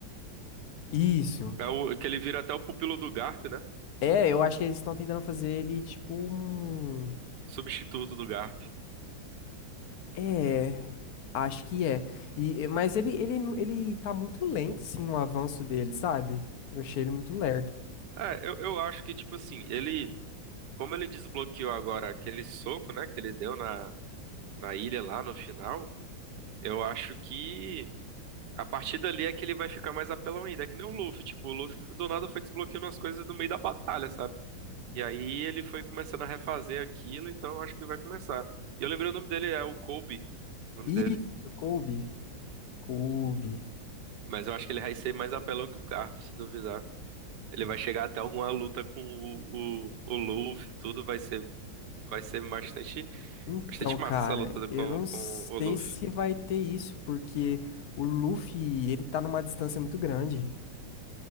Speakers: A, on the left; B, on the right.
A: Isso.
B: É o que ele vira até o pupilo do Garp, né?
A: É, eu acho que eles estão tentando fazer ele tipo um.
B: O substituto do Garp.
A: É, acho que é. E, mas ele, ele, ele tá muito lento, assim, no avanço dele, sabe? Eu achei ele muito lerdo.
B: É, eu, eu acho que, tipo assim, ele. Como ele desbloqueou agora aquele soco, né? Que ele deu na, na ilha lá no final. Eu acho que. A partir dali é que ele vai ficar mais apelão ainda. É que nem o Luffy. Tipo, o Luffy do nada foi desbloqueando as coisas no meio da batalha, sabe? E aí ele foi começando a refazer aquilo, então eu acho que vai começar. E eu lembrei o nome dele, é o Kobe, o nome
A: Isso,
B: dele.
A: Kobe. Kobe.
B: Mas eu acho que ele vai ser mais apelão que o Garp, se duvidar. Ele vai chegar até alguma luta com o, o, o Luffy, tudo vai ser, vai ser bastante,
A: Então,
B: bastante
A: cara,
B: massa essa luta do- com,
A: eu não
B: com
A: sei
B: o Luffy.
A: se vai ter isso, porque o Luffy, ele tá numa distância muito grande,